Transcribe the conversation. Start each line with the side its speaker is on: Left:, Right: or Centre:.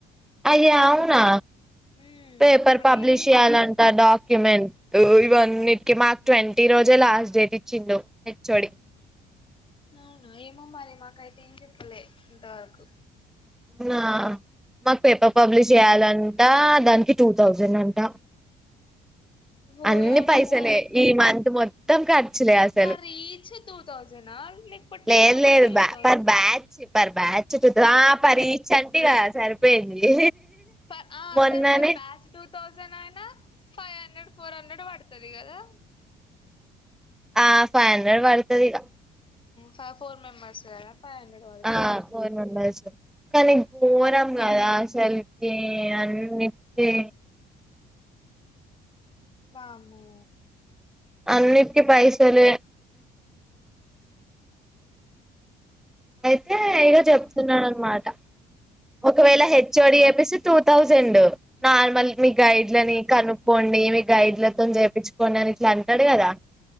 Centre: అయ అవునా
Left: హ్మ్
Centre: పేపర్
Left: మాకేం
Centre: పబ్లిష్ చేయ్యాలంట డాక్యుమెంట్ ఊ వంటికి మాకు ట్వంటీ రోజే లాస్ట్ డేట్ ఇచ్చి హెచ్చోడి
Left: అవునా ఏమో మరి మాకైతే ఏం చెప్పలే ఇంతవరకు
Centre: నా మాకు పేపర్ పబ్లిష్ చేయ్యాలంట దానికి టూ థౌజండ్ అంట
Left: ఓయమ్మో
Centre: అన్ని పైసలే ఈ మంత్ మొత్తం క అసలు
Left: పర్ ఈచ్ టూ థౌజండా లేకపోతే టీమ్
Centre: లేదు
Left: మొత్తం
Centre: లేదు
Left: two thousand
Centre: per batch per బ్యా అచ్చిత్రా ఆ పరీ ఇచ్చంట కదా సరిపోయింది
Left: పర్ ఆ
Centre: మొన్ననే
Left: అసలు పర్ బ్యాచ్ టూ థౌజండ్ అయినా ఫైవ్ హండ్రెడ్ ఫోర్ హండ్రెడ్ పడతది కదా
Centre: ఆ ఫైవ్ హండ్రెడ్ పడతదిగా
Left: ఫ ఫోర్ మెంబర్స్ కద ఫైవ్ హండ్రెడ్ పదుతాది
Centre: ఆ ఫోర్ మెంబర్స్ కానీ ఘోరం కదా అసలుకి అన్నిటి
Left: వామ్ము
Centre: అన్నిటికి పైసలే అయితే ఇగ చెప్తున్నాడు అనమాట ఒకవేళ హెచ్ఓడి చెప్పేసిూ థౌజండ్ నార్మల్ మీ
Left: హ్మ్
Centre: గైడ్లని కనుక్కోండి మీ గైడ్ల మొత్తం చేయిచుకోని అని ఇట్లా అంటాడు కదా